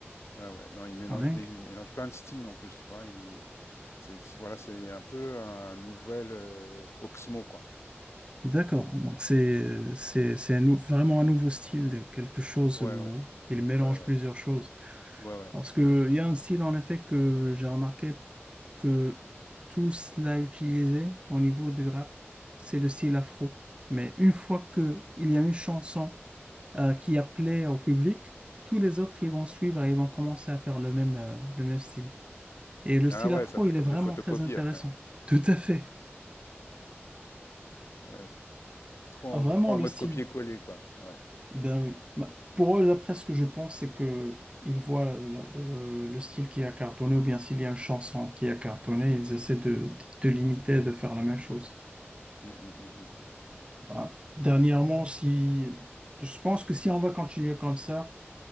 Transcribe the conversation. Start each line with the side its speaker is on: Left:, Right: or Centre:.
Left: Ah ouais, non, il mélange
Right: Ah, dingue.
Left: des, il mélange plein de styles en plus, tu vois. Il, c'est, c'est- voilà, c'est un peu un nouvel euh, Oxmo, quoi.
Right: D'accord. Donc, c'est c'est- c'est un nou- vraiment un nouveau style, de quelque chose
Left: Ouais,
Right: où
Left: ouais,
Right: il mélange
Left: ouais, ouais,
Right: plusieurs choses.
Left: ouais, ouais.
Right: Parce que il y a un style, en effet, que j'ai remarqué que tous l'a utilisé au niveau du rap, c'est le style afro. Mais une fois que il y a une chanson euh, qui a plaît au public, tous les autres ils vont suivre et ils vont commencer à faire le même, euh, le même style. Et le
Left: Ah
Right: style
Left: ouais,
Right: afro,
Left: ça fait
Right: il
Left: comme
Right: est vraiment
Left: des photocopies
Right: très intéressant.
Left: après.
Right: Tout à fait.
Left: Ouais, c'est trop, en,
Right: Ah, vraiment
Left: trop en
Right: le
Left: mode
Right: style.
Left: copier-coller, quoi. Ouais.
Right: Ben oui. Bah, Pour eux, d'après ce que je pense, c'est que ils voient la- euh, le style qui a cartonné ou bien s'il y a une chanson qui a cartonné, ils essaient de, de l'imiter, de faire la même chose.
Left: Mm, mm, mm, mm.
Right: Voilà. Dernièrement, si je pense que si on va continuer comme ça,